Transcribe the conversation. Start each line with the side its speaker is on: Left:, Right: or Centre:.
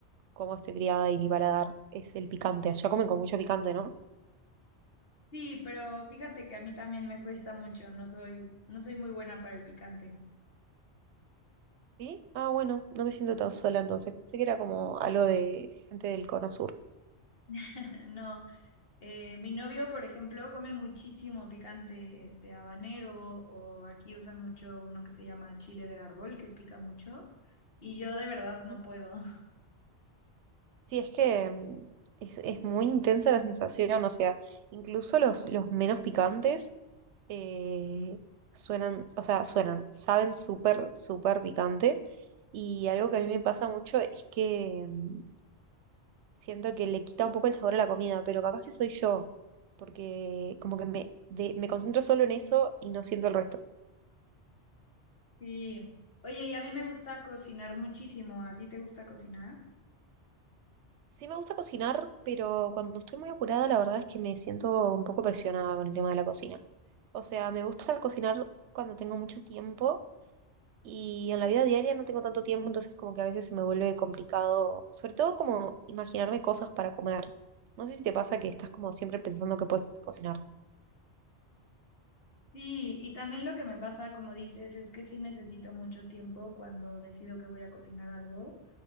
Right: cómo estoy criada y mi paladar, es el picante. Allá comen con mucho picante, ¿no?
Left: Sí, pero fíjate que a mí también me cuesta mucho, no soy, no soy muy buena para el picante.
Right: ¿Sí? Ah, bueno, no me siento tan sola entonces. Pensé que era como algo de gente del Cono Sur.
Left: <laughs> No, eh, mi novio, por ejemplo, come muchísimo picante, este habanero, o aquí usan mucho uno que se llama chile de árbol, que pica mucho, y yo de verdad no
Right: Ujú.
Left: puedo. <laughs>
Right: Sí, es que mm, es, es muy intensa la sensación, o sea, incluso los, los menos picantes eh, suenan, o sea, suenan, saben súper, súper picante. Y algo que a mí me pasa mucho es que mm, siento que le quita un poco el sabor a la comida, pero capaz que soy yo, porque como que me, de- me concentro solo en eso y no siento el resto.
Left: Sí. Oye, y a mí me gusta cocinar muchísimo, ¿a ti te gusta cocinar?
Right: Sí me gusta cocinar, pero cuando estoy muy apurada, la verdad es que me siento un poco presionada con el tema de la cocina. O sea, me gusta cocinar cuando tengo mucho tiempo y en la vida diaria no tengo tanto tiempo, entonces como que a veces se me vuelve complicado, sobre todo como imaginarme cosas para comer. No sé si te pasa que estás como siempre pensando que puedes cocinar.
Left: Sí, y también lo que me pasa, como dices, es que sí necesito mucho tiempo cuando decido que voy a cocinar algo.